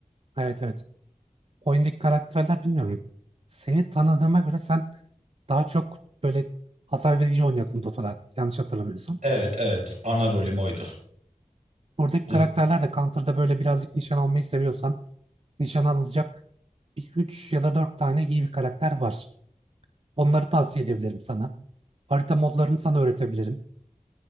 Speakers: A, on the right; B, on the right.
A: Evet evet. Oyundaki karakterler bilmiyorum. Seni tanıdığıma göre sen daha çok böyle hasar verici oynuyordun Dota'da. Yanlış hatırlamıyorsam.
B: Evet evet ana rolüm oydu.
A: Buradaki
B: Bu
A: karakterler de Counter'da böyle birazcık nişan almayı seviyorsan nişan alacak 3 ya da 4 tane iyi bir karakter var. Onları tavsiye edebilirim sana. Harita modlarını sana öğretebilirim.